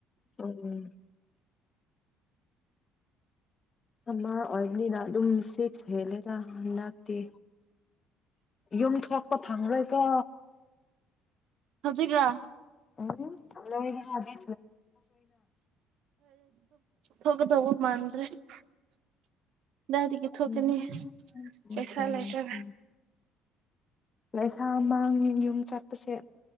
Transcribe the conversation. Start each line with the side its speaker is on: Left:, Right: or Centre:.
Left: ꯎꯝ ꯁꯝꯃꯔ ꯑꯣꯏꯕꯅꯤꯅ ꯑꯗꯨꯝ ꯁꯤꯠ ꯍꯦꯜꯂꯦꯗ ꯍꯟꯗꯛꯇꯤ ꯌꯨꯝ ꯊꯣꯛꯄ ꯐꯪꯔꯣꯏꯀꯣ
Right: ꯍꯧꯖꯤꯛꯔꯥ
Left: ꯎꯝ ꯂꯣꯏꯒꯦ ꯍꯥꯏꯗꯤ
Right: ꯊꯣꯛꯒ ꯇꯧꯕ ꯃꯥꯟꯗ꯭ꯔꯦ ꯀꯗꯥꯏꯗꯒꯤ ꯊꯣꯛꯀꯅꯤ
Left: ꯎꯝ ꯎꯝ ꯎꯝ
Right: ꯄꯩꯁꯥ
Left: ꯎꯝ
Right: ꯂꯩꯇꯔꯒ
Left: ꯎꯝ ꯄꯩꯁꯥ ꯃꯥꯡꯉꯦ ꯌꯨꯝ ꯆꯠꯄꯁꯦ